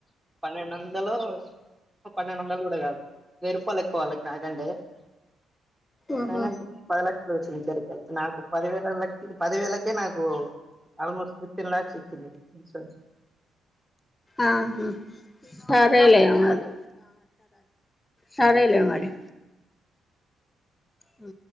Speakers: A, on the right; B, on the left.
A: పన్నెండొందలు పన్నెండొందలు కూడా కాదు వేయరుపాలు ఎక్కువ వాళ్ళకి నాకంటే
B: ఉహు
A: అయినా పది లక్షలే వచ్చింది ఇద్దరికి కలిపి పదివేలలకి పదివేలకే నాకు ఆల్మోస్ట్ టెన్ లాక్స్ వొచ్చింది ఇన్సూరెన్స్
B: ఆహా సరేలే మరి సరేలే మరి ఆ